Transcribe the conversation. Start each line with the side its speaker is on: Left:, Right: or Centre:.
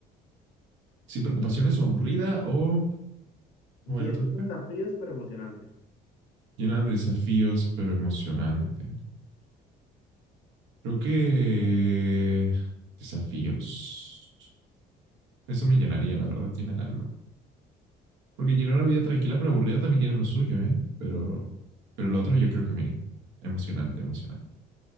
Right: Sin preocupaciones o aburrida o,
Left: Llena
Right: o el otro que
Left: de
Right: era.
Left: desafíos, pero emocionante.
Right: Llena de desafíos, pero emocionante. Creo que desafíos. Eso me llenaría, la verdad, tiene el alma. Porque llenar una vida tranquila pero aburrida también tiene lo suyo, ¿eh? Pero, pero lo otro yo creo que, mire, emocionante, emocionante.